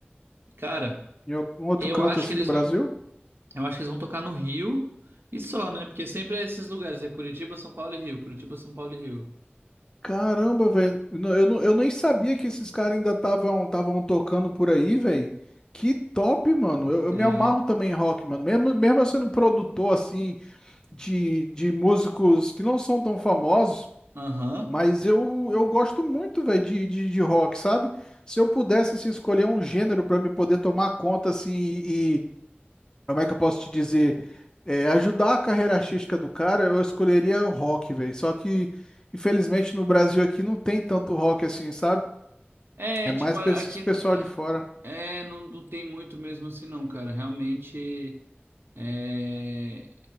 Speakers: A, on the right; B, on the left.
A: Cara,
B: Em algum outro
A: eu
B: canto
A: acho
B: assim
A: que eles
B: do Brasil?
A: vão, eu acho que eles vão tocar no Rio e só, né? Porque sempre é esses lugares, é Curitiba, São Paulo e Rio, Curitiba, São Paulo e Rio.
B: Caramba, velho. Não, Eu, não- eu nem sabia que esses caras ainda estavam estavam tocando por aí, velho. Que top, mano. Eu, eu
A: É,
B: me amarro também em rock, mano. Mesmo, mesmo eu sendo produtor, assim, de, de músicos que não são tão famosos,
A: aham.
B: mas eu, eu gosto muito, velho, de, de, de rock, sabe? Se eu pudesse, assim, escolher um gênero pra me poder tomar conta, assim, e como é que eu posso te dizer? É, ajudar a carreira artística do cara, eu escolheria o rock, velho. Só que, infelizmente, no Brasil aqui não tem tanto rock assim, sabe?
A: É,
B: É
A: tipo,
B: mais
A: a-
B: pra esse
A: aqui
B: pessoal
A: no- é,
B: de fora.
A: é, não, não tem muito mesmo assim não, cara. Realmente é.